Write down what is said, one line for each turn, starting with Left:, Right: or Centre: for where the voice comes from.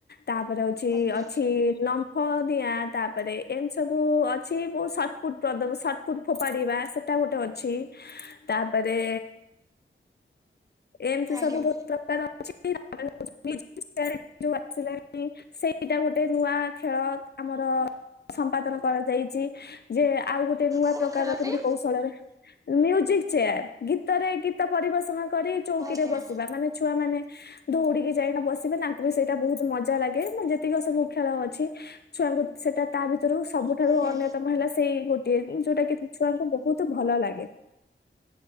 Left: ତାପରେ ଆଉ ଅଛି
Right: ଆଜ୍ଞା
Left: ଅଛି ଲମ୍ ହଁ ଦିଆ ତାପରେ ଏମିତି ସବୁ ଅଛି ବହୁ ସଟ ଫୁଟ ପ୍ର ସଟ ପରିବା ସେଟା ଗୋଟେ ଅଛି, ତାପରେ ଏମତି
Right: ଆଜ୍ଞା
Left: ସବୁ ବହୁତ ପ୍ରକାର ଅଛି। <unintelligible> ଆସିଲାଣି ସେଇଟା ଗୋଟେ ନୂଆ ଖେଳ ଆମର। ସମ୍ପାଦନ କରାଯାଇଛି ଯେ ଆଉ ଗୋଟେ ନୂଆ
Right: କୋଉ
Left: ପ୍ରକାରର
Right: ଖେଳଟି
Left: କେମିତି କୌଶଳରେ ମିଉଜିକ ଚେୟାର ଗୀତରେ ଗୀତ ପରିବେଷଣ କରି ଚୌକିରେ
Right: ଆଜ୍ଞା।
Left: ବସିବା ମାନେ ଛୁଆମାନେ। ଦୌଡିକି ଯାଇକିନା ବସିବେ ତାଙ୍କୁ ବି ସେଇଟା ବହୁତ ମଜା ଲାଗେ, ମାନେ ଯେତିକ ସବୁ ଖେଳ ଅଛି। ଛୁଆଙ୍କୁ, ସେଟା ତା ଭିତରୁ ସବୁଠାରୁ
Right: ଆଜ୍ଞା
Left: ଅନ୍ୟତମ ହେଲା ସେଇ ଗୋ ଟିଏ ଯୋଉଟା କି ଛୁଆଙ୍କୁ ବହୁତ ଭଲ ଲାଗେ।